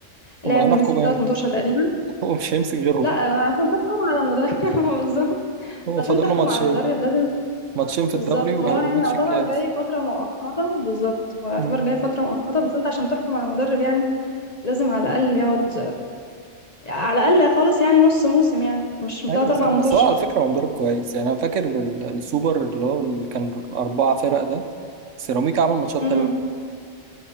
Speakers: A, on the left; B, on the right.
A: لعب
B: امال هنحكم
A: ماسك
B: امتى
A: ثلاث متوشة تقريبا
B: <laughs> هو مش هيمسك غيرهم
A: لا آه، عشان تحكم على مدرب <laughs> هو بالظبط
B: هو
A: بس عشان
B: فاضل
A: تحكم
B: له ماتشين
A: على مدرب لازم
B: ماتشين في
A: بالظبط
B: الدوري وهيبقى
A: هو يعني
B: ماتش
A: يعتبر
B: الكاس
A: جاي فترة مؤقتة بالظبط هو يعتبر
B: مم.
A: جاي فترة مؤقتة بس انت عشان تحكم على مدرب يعني لازم على الأقل يقعد على الأقل خالص يعني نص موسم يعني مش تلات
B: ايوه
A: أربع
B: صح. بس
A: متوشة
B: هو على فكره هو مدرب كويس يعني انا فاكر ال- السوبر اللي هو اللي كان اربعه فرق ده سيراميكا عمل ماتشات
A: امم
B: حلوه